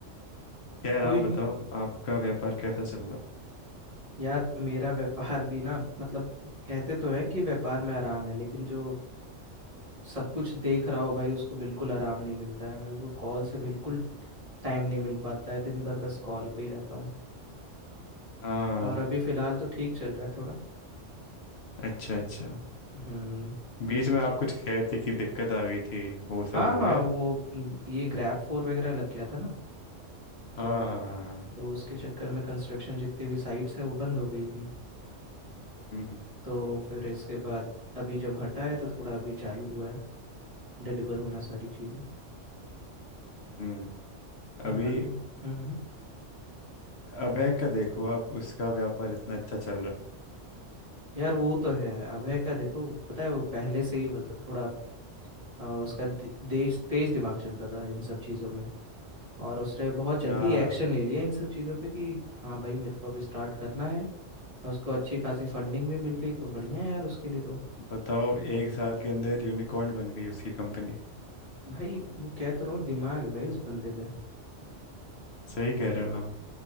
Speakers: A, on the left; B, on the right.
A: खैर
B: कोई
A: आप बताओ
B: नहीं
A: आपका व्यापार कैसा चल रहा है
B: यार मेरा व्यापार भी ना मतलब कहते तो हैं कि व्यापार में आराम है लेकिन जो सब कुछ देख रहा हो भाई उसको बिल्कुल आराम नहीं मिलता है मेरे को कॉल से बिल्कुल टाइम नहीं मिल पाता है दिन भर बस कॉल पे ही रहता हूँ
A: हाँ
B: और अभी फिलहाल तो ठीक चल रहा है थोड़ा
A: अच्छा अच्छा
B: हम्म
A: बीच में आप कुछ कह रहे थे कि दिक्कत आ गई थी वो सब
B: हाँ
A: हो
B: हाँ
A: गया
B: वो न- ये ग्रैब फोर वगैरह लग गया था ना
A: हाँ
B: तो
A: हाँ हाँ हाँ।
B: तो उसके चक्कर में कंस्ट्रक्शन जितने भी साइट्स है वो बंद हो गई थी
A: हम्म
B: तो फिर इसके बाद अभी जब हटा है तो थोड़ा अभी चालू हुआ है डिलीवर होना सारी चीज़ें
A: हम्म
B: ना
A: अभी
B: बाकी हम्म हम्म
A: अभय का देखो आप उसका व्यापार इतना अच्छा चल रहा
B: यार वो तो है अभय का देखो पता है वो पहले से ही मतलब थोड़ा अ, उसका दे- तेज तेज दिमाग चलता था इन सब चीज़ों में और उसने बहुत जल्दी
A: है हाँ
B: एक्शन ले लिया इन सब चीज़ों पे कि हाँ भाई मेरे को अब स्टार्ट करना है और उसको अच्छी खासी फंडिंग भी मिल गई तो बढ़िया है यार उसके लिए तो
A: बताओ एक साल के अंदर यूनिकॉर्न बन गई उसकी कंपनी
B: भाई वो कह तो रहा हूँ दिमाग है भाई उस बंदे पे
A: सही कह रहे हो आप